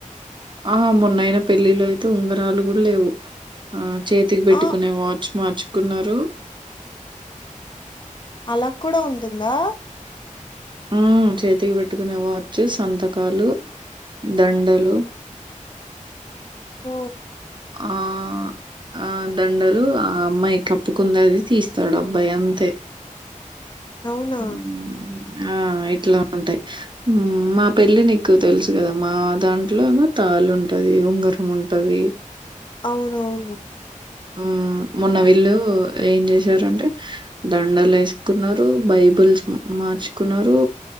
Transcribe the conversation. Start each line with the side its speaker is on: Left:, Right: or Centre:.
Right: ఆ హా మొన్నయిన పెళ్ళిలో అయితే ఉంగరాలు కూడా లేవు ఆ చేతికి పెట్టుకునే
Left: ఆ
Right: వాచ్ మార్చుకున్నారు
Left: అలా కూడా ఉంటుందా
Right: ఉం చేతికి పెట్టుకునే వాచ్ సంతకాలు దండలు
Left: ఓ
Right: ఆ ఆ దండలు ఆ అమ్మాయి కప్పుకుంది అది తీస్తాడు అబ్బాయి అంతే
Left: అవునా
Right: ఉం ఆ ఇట్లా ఉంటాయి మా పెళ్ళి నీకు తెలుసు కదా మా దాంట్లోను త తాళి ఉంటది ఉంగరం ఉంటది
Left: అవునవును....
Right: ఉం మొన్న వీళ్ళు ఏం చేశారంటే దండలు వేసుకున్నారు బైబుల్స్ మార్చుకున్నరు